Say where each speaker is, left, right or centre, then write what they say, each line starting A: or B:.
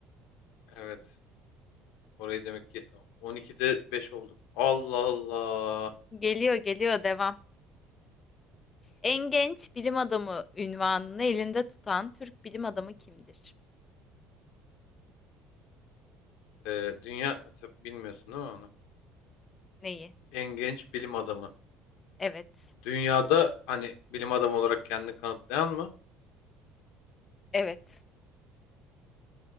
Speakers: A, on the left (about 85°); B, on the left (about 30°).
A: Evet. Orayı demek ki 12'de 5 olduk. Allah Allah.
B: Geliyor geliyor devam. En genç bilim adamı ünvanını elinde tutan Türk bilim adamı kimdir?
A: Ee, dünya tabii bilmiyorsun değil mi onu?
B: Neyi?
A: En genç bilim adamı.
B: Evet.
A: Dünyada hani bilim adamı olarak kendini kanıtlayan mı?
B: Evet.